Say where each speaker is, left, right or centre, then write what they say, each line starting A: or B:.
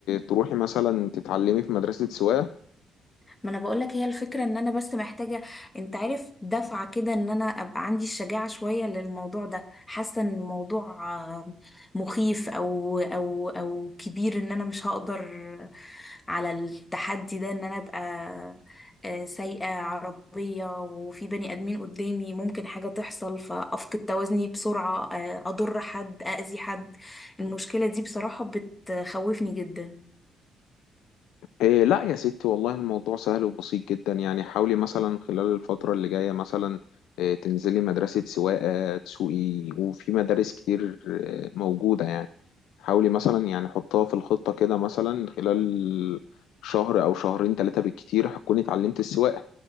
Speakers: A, on the left; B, on the left.
A: تروحي مثلا تتعلمي في مدرسه سواقه
B: ما انا بقولك هي الفكرة ان انا بس محتاجة انت عارف دفعة كده ان انا ابقى عندي الشجاعة شوية للموضوع ده حاسة ان الموضوع آه، مخيف او او او كبير ان انا مش هقدر على التحدي ده ان انا ابقى آه، سايقة عربية وفي بني ادمين قدامي ممكن حاجة تحصل فافقد توازني بسرعة آه، اضر حد اذي حد المشكلة دي بصراحة بتخوفني جدا
A: إيه لا يا ستي والله الموضوع سهل وبسيط جدا يعني حاولي مثلا خلال الفترة اللي جاية مثلا إيه تنزلي مدرسة سواقة تسوقي وفي مدارس كتير إيه موجودة يعني حاولي مثلا يعني حطها في الخطة كده مثلا خلال شهر أو شهرين ثلاثة بالكتير هتكوني اتعلمت السواقة